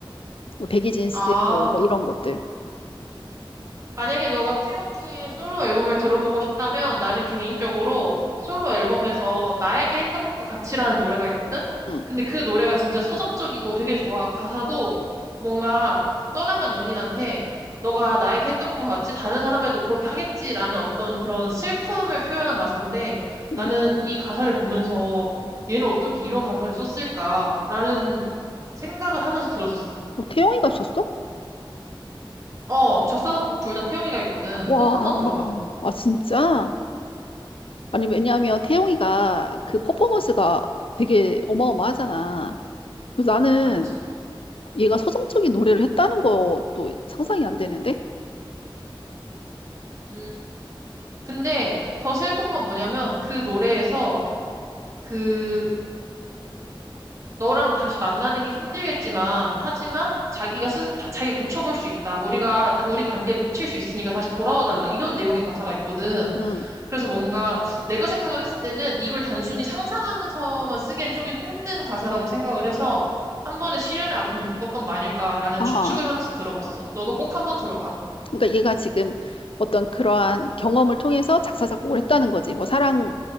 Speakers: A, on the left; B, on the right.
A: 뭐 백이진스
B: 아.
A: 뭐 이런 것들.
B: 만약에 너가 태영이의 솔로 앨범을 들어보고 싶다면 나는 개인적으로 솔로 앨범에서 나에게 했던 것과 같이라는 노래가 있거든?
A: 응.
B: 근데 그 노래가 진짜 서정적이고 되게 좋아. 가사도 뭔가 떠나간 연인한테 너가 나에게 했던 것 같이 다른 사람에도 그렇게 하겠지라는 어떤 그런 슬픔을 표현한 가사인데
A: 응.
B: 나는 이 가사를 보면서 얘는 어떻게 이런 가사를 썼을까라는 생각을 하면서 들었었어.
A: 어, 태영이가 있었어?
B: 어, 작사, 작곡 둘 다 태영이가 있거든.
A: 와,
B: 꼭 한번 들어봐.
A: 아, 진짜? 아니, 왜냐하면 태용이가 그 퍼포먼스가 되게 어마어마하잖아. 그래서 나는
B: 맞지?
A: 얘가 서정적인 노래를 했다는 것도 상상이 안 되는데?
B: 음, 근데 더 슬픈 건 뭐냐면 그 노래에서 그 너랑 다시 만나는 게 힘들겠지만 하지만 자기가 스 다- 자기가 고쳐볼 수 있다. 우리가 다- 우리 관계를 고칠 수 있으니까 다시 돌아와 달라. 이런 내용의 가사가 있거든.
A: 응.
B: 그래서 뭔가 내가 생각을 했을 때는 이걸 단순히 상상하면서만 쓰기에는 조금 힘든 가사라고 생각을 해서 한 번의 시련의 아픔을 겪었던 거 아닐까라는
A: 아,
B: 추측을 하면서 들어봤어. 너도 꼭 한번 들어봐.
A: 그러니까 얘가 지금 어떤 그러한 경험을 통해서 작사, 작곡을 했다는 거지. 뭐 사랑이,